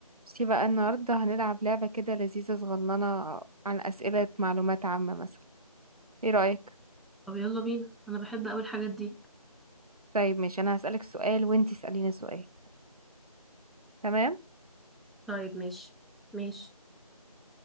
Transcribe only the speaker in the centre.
طب يلا بينا انا بحب اوي الحاجات دي
طيب ماشي ماشي